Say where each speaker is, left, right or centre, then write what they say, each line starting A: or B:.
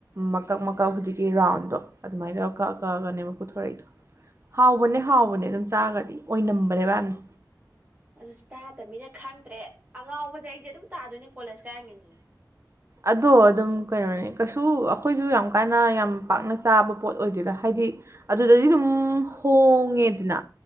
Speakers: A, on the right; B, on the right.
A: ꯃꯀꯛ ꯃ ꯀꯛ ꯍꯧꯖꯤꯛꯀꯤ ꯔꯥꯎꯟꯗꯣ ꯑꯗꯨꯃꯥꯏ ꯇꯧꯔ ꯀꯛ ꯀꯛꯑꯒꯅꯦꯕ ꯄꯨꯊꯣꯔꯛꯏꯗꯣ ꯍꯥꯎꯕꯅꯦ ꯍꯥꯎꯕꯅꯦ ꯑꯗꯨꯝ ꯆꯥꯒꯔꯗꯤ ꯑꯣꯏꯅꯝꯕꯅꯦꯕ ꯌꯥꯝꯅ
B: ꯑꯗꯨꯁꯨ ꯇꯥꯗꯃꯤꯅ ꯈꯪꯗ꯭ꯔꯦ ꯑꯉꯥꯎꯕꯁꯦ ꯑꯩꯁꯦ ꯑꯗꯨꯝ ꯇꯥꯗꯣꯏꯅꯦ ꯀꯣꯂꯦꯖ ꯀꯥꯏꯔꯤꯉꯩꯗ
A: ꯑꯗꯣ ꯑꯗꯨꯝ ꯀꯩꯅꯣꯅꯦ ꯀꯩꯁꯨ ꯑꯩꯈꯣꯏꯁꯨ ꯌꯥꯝ ꯀꯟꯅ ꯌꯥꯝ ꯄꯥꯛꯅ ꯆꯥꯕ ꯄꯣꯠ ꯑꯣꯏꯗꯣꯏꯗ ꯍꯥꯏꯗꯤ ꯑꯗꯨꯗꯗꯤ ꯑꯗꯨꯝ ꯍꯣꯡꯉꯦꯗꯅ